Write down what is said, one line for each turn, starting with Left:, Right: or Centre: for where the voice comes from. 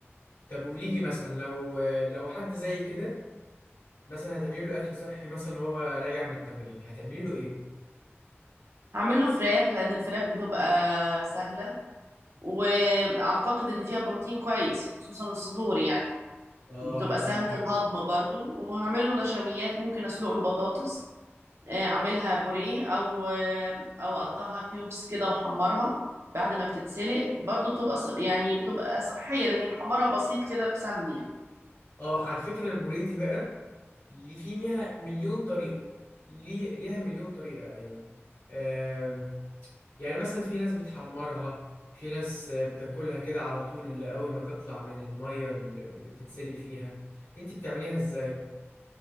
Left: طب قولي لي مثلا لو آه، لو حد زي كده مثلا هتعملي له اكل صحي مثلا وهو راجع من التمرين هتعملي له ايه
Right: هعمل له فراخ لان الفراخ بتبقى سهله واعتقد ان فيها بروتين كويس وخصوصا الصدور يعني
Left: اه
Right: وبتبقى
Left: هن-
Right: سهله الهضم برضو وهعمله نشويات ممكن اسلق له بطاطس آه، اعملها بوريه او آه، او اقطعها كيوبس كده واحمرها بعد ما بتتسلق برضو بتبقى ص- يعني بتبقى صحية لاني محمرة بسيط كده بسمن يعني
Left: اه على فكرة البوريه دي بقى اللي في ميها مليون طريقة ليه ليها مليون طريقة ايوه آم، يعني مثلا في ناس بتحمرها في ناس آه، بتاكلها كده على طول اول ما تطلع من المية اللي اللي بتتسلق فيها انت بتعمليها ازاي